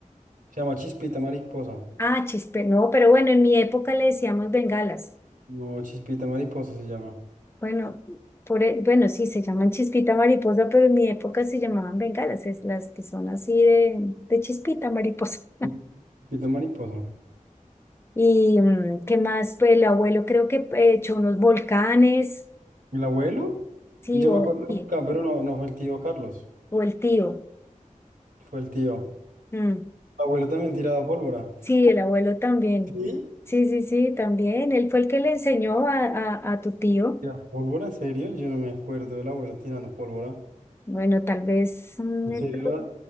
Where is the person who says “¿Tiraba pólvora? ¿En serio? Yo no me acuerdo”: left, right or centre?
Right